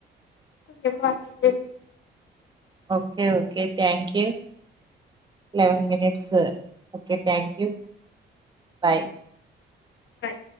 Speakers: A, on the left (about 70°); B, on the right (about 20°).
A: కొె
B: okay okay thank you eleven minutes
A: okay
B: okay thank you bye
A: bye